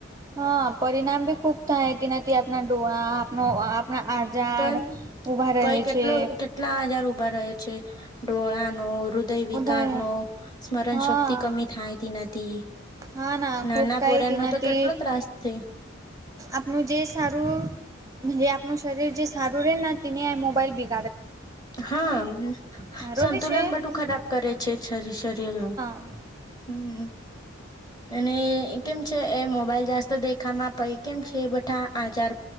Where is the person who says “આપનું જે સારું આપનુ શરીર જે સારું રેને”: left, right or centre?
Right